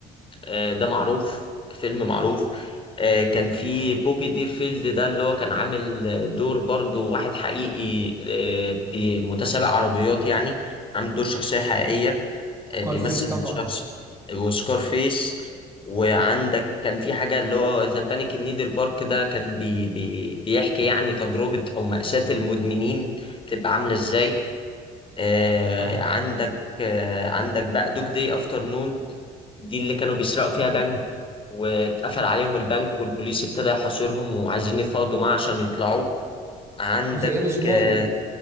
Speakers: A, on the left; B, on the right.
A: آه، ده معروف فيلم معروف آه، كان في بوبي ديرفيلد ده اللي هو كان عامل آه، دور برضو واحد حقيقي آه، بي- متسابق عربيات يعني عامل دور شخصية حقيقية
B: سكار
A: آه، بيمثل
B: فيس طبعا
A: شخص وسكار فيس وعندك كان في حاجة اللي هو ذا بانيك نيدل بارك ده كان بي بي بيحكي يعني تجربة أو مأساة المدمنين بتبقى عاملة إزاي آه،
B: اه طبعا
A: عندك آه، عندك بقى دوج داي افتر نون دي اللي كانوا بيسرقوا فيها بنك واتقفل عليهم البنك والبوليس ابتدى يحاصرهم وعايزين يتفاوضوا معاه عشان يطلعوا عندك
B: وذا ايرش مان
A: آه،